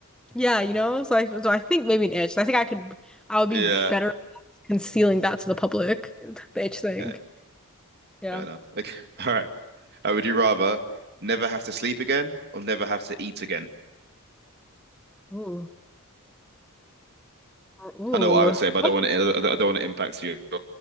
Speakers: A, in the centre; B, on the right.
A: yeah you know. So I so I think maybe an itch. So I think I could I would
B: Yeah.
A: be better at concealing that to the public, <laughs> the itch thing.
B: Okay.
A: Yeah.
B: Fair enough. Okay. <laughs> All right. Uh, would you rather never have to sleep again or never have to eat again?
A: Ooh. Ooh.
B: I know what I would say, but I
A: Okay.
B: don't want to. I don't want to impact your